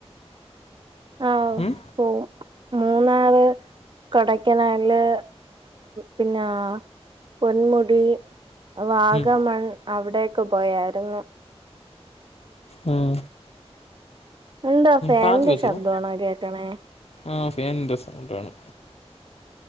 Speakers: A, on the right (about 45°); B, on the left (about 70°).
A: ആഹ്
B: ഉം
A: പോവും മൂന്നാറ് കൊടൈക്കനാലില് പിന്നെ പൊന്മുടി വാഗമൺ
B: ഉം
A: അവിടെയൊക്കെ പോയായിരുന്നു
B: ഉം
A: എന്താ ഫാനിന്റെ
B: പാചകം ചെയ്യോ
A: ശബ്ദാണോ കേക്കണേ
B: ആഹ് ഫാനിൻ്റെ സൗണ്ടാണ്